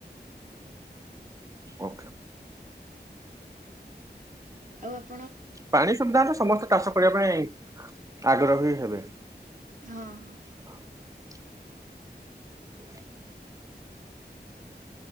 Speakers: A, on the right; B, on the right.
A: ଓକେ
B: ଆଉ ଆପ?
A: ପାଣି ସୁବିଧା ହେଲେ ସମସ୍ତେ ଚାଷ କରିବା ପାଇଁ ଆଗ୍ରହୀ ହେବେ।
B: ହଁ ହଁ
A: <unintelligible> <unintelligible>